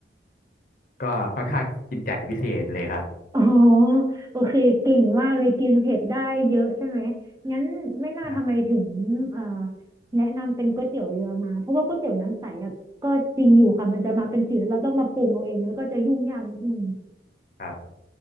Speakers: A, on the left (about 50°); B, on the right (about 20°).
A: ก็ค่อนข้างกินจัดเป็นพิเศษเลยครับ
B: อ๋อโอเคเก่งมากเลยกินเผ็ดได้เยอะใช่ไหมงั้นไม่น่าทำไมถึงเอ่อ
A: อ่า
B: แนะนำเป็นก๋วยเตี๋ยวเรือมาเพราะว่าก๋วยเตี๋ยวน้ำใสอะก็จริงอยู่ค่ะมันจะมาเป็นจืดแล้วเราต้องมาปรุงเอาเองเนอะก็จะยุ่งยากนิดนึง
A: ครับ